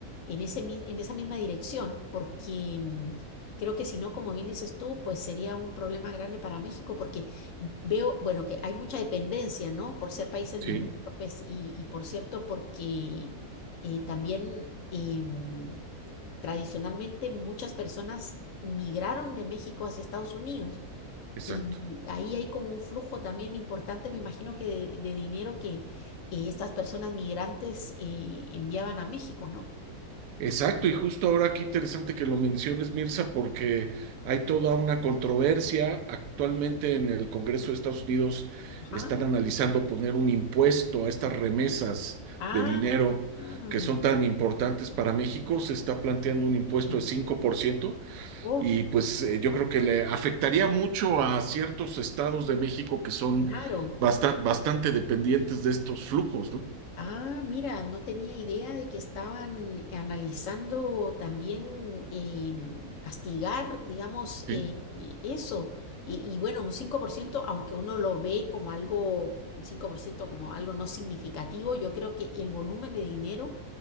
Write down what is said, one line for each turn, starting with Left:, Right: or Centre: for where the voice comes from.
Left: en ese, mi- en esa misma dirección, porque mm, creo que si no, como bien dices tú, pues sería un problema grande para México, porque veo, bueno, que hay mucha dependencia, ¿no? Por ser países
Right: Sí,
Left: limítrofes y, y por cierto, porque eh, también em, tradicionalmente muchas personas migraron de México hacia Estados Unidos.
Right: exacto.
Left: Y y ahí hay como un flujo también importante, me imagino que de, de dinero que eh, estas personas migrantes eh, enviaban a México, ¿no?
Right: Exacto, y justo ahora qué interesante que lo menciones, Mirza, porque hay toda una controversia. Actualmente en el Congreso de Estados Unidos
Left: Ajá.
Right: están analizando poner un impuesto a estas remesas
Left: Ah,
Right: de dinero
Left: ah,
Right: que son tan importantes para México. Se está planteando un impuesto
Left: mío.
Right: de 5%
Left: Oh,
Right: y pues eh, yo creo que le afectaría mucho a ciertos estados de México que son
Left: claro.
Right: basta- bastante dependientes de estos flujos, ¿no?
Left: Ah, mira, no tenía idea de que estaban analizando también eh, castigar, digamos,
Right: Sí,
Left: eh, eh, eso. Y, y bueno, un 5% aunque uno lo ve como algo, un 5% como algo no significativo, yo creo que el volumen de dinero